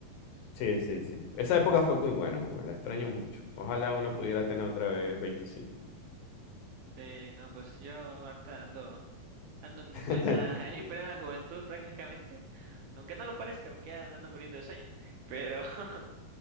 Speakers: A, on the left; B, on the right.
A: Sí, sí, sí. Esa época fue muy buena, muy buena. La extraño mucho. Ojalá uno pudiera tener otra vez veinticinco.
B: Sí, no, pues yo ahorita ando, ando en mi
A: <laughs>
B: plena, <laughs> en mi plena juventud prácticamente. Aunque no lo parezca, porque ya me ando muriendo de sueño. Pero <laughs>